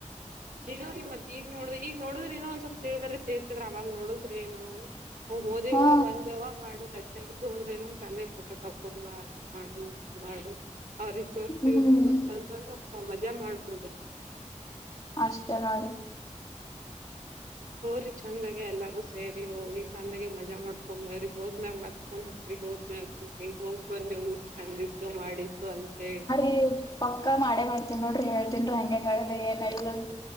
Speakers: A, on the right; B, on the left.
A: ನೀನೋರೀ ಮತ್ ಈಗ ನೋಡುದ್ರ ಈಗ ನೋಡಿದರಏನೋ ಒಂದ್ ಸ್ವಲ್ಪ ತಿಳ್ತಿದಿರತ. ಅವವಾಗ ನೋಡುದ್ರ ಏನು ನಾ ಹೋದೆವ
B: ಹಾ
A: ಬಂದೆವ ಮಾಡೋದೈತಿ. ಈಗ ಹೋದ್ರೆ ನ ಚೆಂದಾಗ ಊಟ ತಕೊಂಡ ಅದು ಮಾಡು, ಇದು ಮಾಡು- ಅವ್ರಿಗೆ ತೋರ್ಸ
B: ಹ್ಮ್
A: ಇವ್ರ ತೋರ್ಸ ಅಂತ ಒಂದ ಮಜಾ ಮಾಡ್ಬೋದು.
B: ಅಷ್ಟೇ ನೋಡ್ರಿ,
A: ಹೋರಿ ಚಂದಾಗಿಎಲ್ಲಾರೂ ಸೇರಿ ಹೋಗಿ ಚಂದಾಗ ಮಜಾ ಮಾಡ್ಕೊ ಬರಿ. ಹೋದ್ನಾಮಗ್ ಮತ್ ಫೋನ್ ಹಚ್ಚರಿ ಹೋದ್ ಮ್ಯಾಗ ಹಂಗ ಹೋಗ್ ಬಂದೇವು. ಚಂದಿತ್ತು ಮಾಡಿತ್ತು ಅಂತೆ.
B: ಏ <inaudible> ಪಕ್ಕ ಮಾಡೇ ಮಾಡ್ತೀನ್ ನೋಡ್ರಿ ಹೇಳ್ತೀನ್ರಿ ಹಂಗಂಗೆ ಆಗದೆ ಏನ್ ಎಲ್ಲ ಅಂತ.